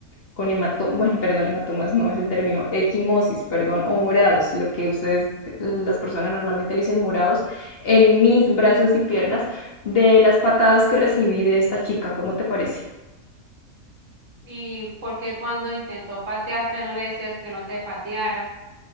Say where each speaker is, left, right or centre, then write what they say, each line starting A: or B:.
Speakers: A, on the left (about 50°); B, on the right (about 65°).
A: con hematomas, bueno, perdón, hematomas no es el término, equimosis, perdón, o morados, lo que ustedes, las personas normalmente le dicen morados, en mis brazos y piernas de las patadas que recibí de esta chica. ¿Cómo te parece?
B: ¿Y por qué cuando intentó patearte no le decías que no te pateara?